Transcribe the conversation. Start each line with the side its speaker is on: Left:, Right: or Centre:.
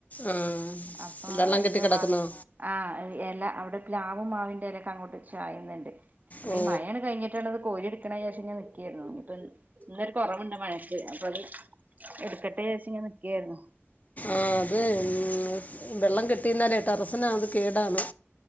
Left: ആഹ്
Right: അപ്പൊ
Left: വെള്ളം
Right: എനിക്ക്
Left: കെട്ടി കെടക്കുന്നോ
Right: വാർ ആഹ് എല അവിടെ പ്ലാവും മാവിൻ്റെ എലൊക്കെ അങ്ങോട്ട് ചായുന്നുണ്ട്. അപ്പൊ
Left: ഓ
Right: ഈ മഴണ് കഴിഞ്ഞിട്ടണത് കോരി എടുക്കണം വിചാരിച്ച്ങ്ങനെ നിക്കെരുന്നു ഇനിപ്പെന്ന് ഇന്നൊരു കൊറവുണ്ട് മഴക്ക് അപ്പത് എടുക്കട്ടെ വിചാരിച്ച്ങ്ങനെ നിക്കേര്ന്നു
Left: ആഹ് അത് ഇന്ന് വെള്ളം കെട്ടി നിന്നാലേ ട്ടറസിനത് കേടാണ്